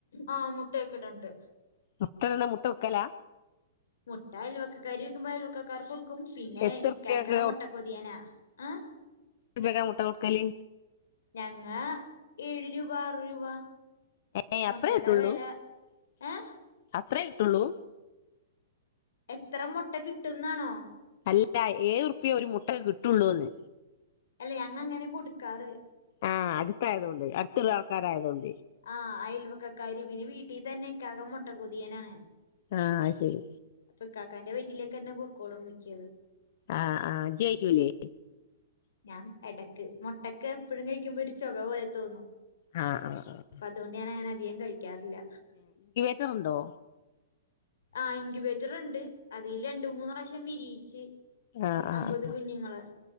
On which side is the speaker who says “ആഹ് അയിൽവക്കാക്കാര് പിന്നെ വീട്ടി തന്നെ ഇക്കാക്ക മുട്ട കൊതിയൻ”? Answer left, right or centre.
Left